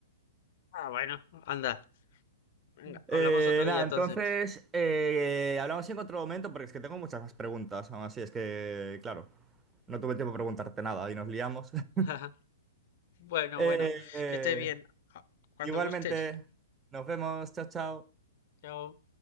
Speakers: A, on the left; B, on the right.
A: Ah, bueno, anda. Venga,
B: Eh,
A: hablamos otro día
B: nada, entonces,
A: entonces.
B: eh, hablamos en otro momento porque es que tengo muchas más preguntas. Aún así, es que, claro, no tuve tiempo de preguntarte nada y nos liamos. <laughs>
A: <laughs> Bueno,
B: Eh,
A: bueno,
B: eh,
A: que estés bien. Ah, Cuando
B: igualmente,
A: gustes.
B: nos vemos, chao, chao.
A: Chao.